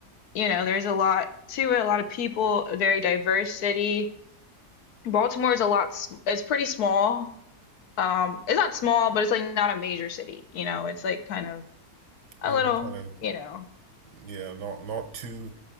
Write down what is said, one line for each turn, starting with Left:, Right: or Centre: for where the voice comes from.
Left: you know, there's a lot to it, a lot of people, a very diverse city. Baltimore is a lot s- it's pretty small. Um, it's not small, but it's like not a major city, you know. It's like kind of a
Right: Yeah,
Left: little,
Right: kind of.
Left: you know.
Right: Yeah, not not too